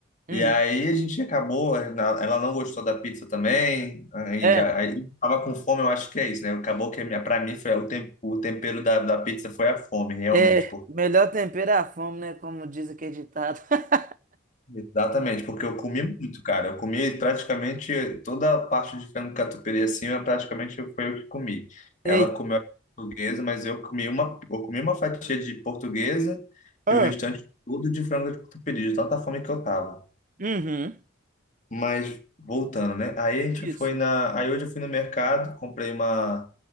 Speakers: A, on the right; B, on the left.
A: Uhum.
B: E aí a gente acabou, na- ela não gostou da pizza também, aí
A: É,
B: já aí tava com fome, eu acho que é isso, né? Acabou que a minha, para mim foi o, tem, o tempero da, da pizza foi a fome, realmente,
A: é, melhor tempero é a fome, né? Como diz aquele ditado. <laughs>
B: Exatamente, porque eu comi muito, cara. Eu comi praticamente toda a parte de frango catupiry assim, eu praticamente foi eu que comi. Ela
A: Ei.
B: comeu portuguesa, mas eu comi uma, eu comi uma fatia de portuguesa
A: Ah.
B: e o restante tudo de frango catupiry, de tanta fome que eu tava.
A: Uhum.
B: Mas voltando, né? Aí a gente
A: Isso.
B: foi na, aí hoje eu fui no mercado, comprei uma